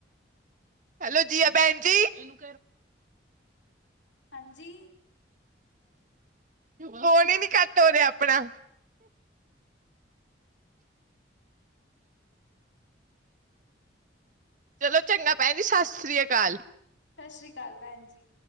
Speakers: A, on the right; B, on the left.
A: ਹੈਲੋ ਜੀ ਭੈਣ ਜੀ <unintelligible>
B: ਹਾਂਜੀ
A: ਫੋਨ ਨੀ ਕੱਟ ਹੋ ਰਿਹਾ ਆਪਣਾ ਚਲੋ ਚੰਗਾ ਭੈਣ ਜੀ ਸਤਿ ਸ੍ਰੀ ਅਕਾਲ
B: ਸਤਿ ਸ਼੍ਰੀ ਅਕਾਲ ਭੈਣ ਜੀ।